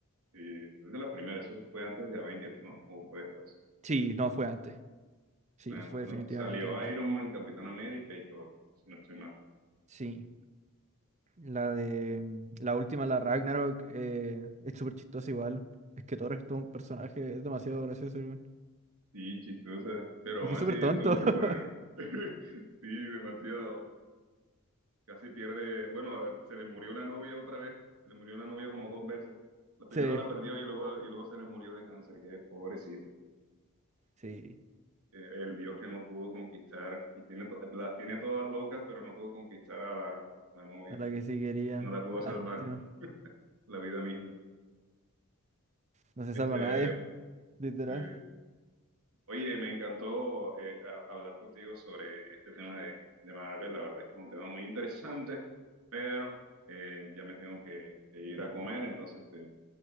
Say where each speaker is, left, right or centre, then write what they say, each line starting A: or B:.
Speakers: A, on the right; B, on the right.
A: Y es de la primera, eso fue antes de Avengers, ¿no? ¿O fue después?
B: Sí, no, fue antes. Sí,
A: Fue antes,
B: fue
A: ¿no?
B: definitivamente
A: Salió
B: antes.
A: Iron Man, Capitán América y Thor, si no estoy mal.
B: Sí. La de. mm, La última, la Ragnarok, eh, es súper chistosa igual. Es que Thor es todo un personaje, es demasiado gracioso, weón.
A: Sí, chistosa, pero
B: Es
A: aún
B: que es
A: así
B: súper tonto.
A: estuvo full
B: <laughs>
A: buena. <laughs> Sí, demasiado. Casi pierde, bueno, se le murió la novia otra vez, se le murió la novia como dos veces. La primero
B: Sí,
A: la perdió y luego, y luego se le murió de cáncer, que pobrecito.
B: sí.
A: Eh, el dios que no pudo conquistar y tiene, to- las tiene todas locas, pero no pudo conquistar a la, la novia.
B: A la que sí quería.
A: no la puedo
B: Lástima.
A: salvar, la vida misma.
B: No se
A: Este,
B: salva nadie, literal.
A: sí. Oye, me encantó eh, a- hablar contigo sobre este tema de, de Marvel, la verdad es que es un tema muy interesante, pero eh, ya me tengo que, que ir a comer, entonces te,